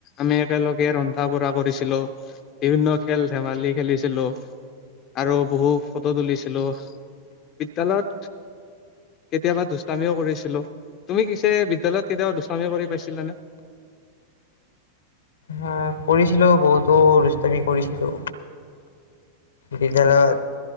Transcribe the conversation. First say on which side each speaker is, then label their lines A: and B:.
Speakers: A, on the left (about 35°); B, on the left (about 65°).
A: আমি একেলগে ৰন্ধা বঢ়া কৰিছিলো বিভিন্ন খেল ধেমালি খেলিছিলো আৰু বহু ফটো তুলিছিলোঁ বিদ্যালয়ত কেতিয়াবা দুষ্টামিও কৰিছিলোঁ তুমি পিছে বিদ্যালয়ত কেতিয়াবা <unintelligible> কৰি পাইছিলানে
B: হ কৰিছিলো বহুতো ৰুষ্টামি কৰিছিলো বিদ্্যালয়ত